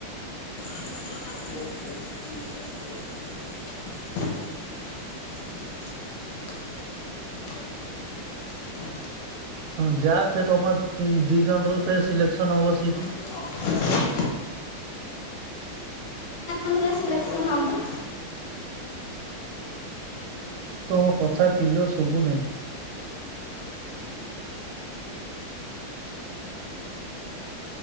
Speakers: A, on the left; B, on the right.
A: <inaudible>
B: ହଁ ଯାହା ଫେରେ ତମ ଦି ଜଣରୁ ଫେରେ ସିଲେକ୍ସନ ହବ ସେଇଠି।
A: <inaudible> ନହେଲେ ସିଲେକ୍ସନ୍ ହେବୁ।
B: ତମ କଥା କିଲଅର ସୁବୁ ନେଇଁ।